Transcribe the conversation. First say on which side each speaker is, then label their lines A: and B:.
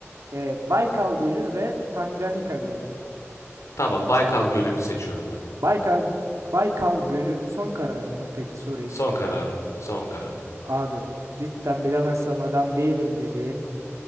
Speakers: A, on the right (about 85°); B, on the left (about 80°).
A: e, Baykal Gölü ve Tanganyika Gölü.
B: Tamam. Baykal Gölü'nü seçiyorum ben.
A: Baykal, Baykal Gölü son karar mı? Peki sorayım.
B: Son kararım. Son kararım.
A: Abi cidden bilemezsem adam değilim dedin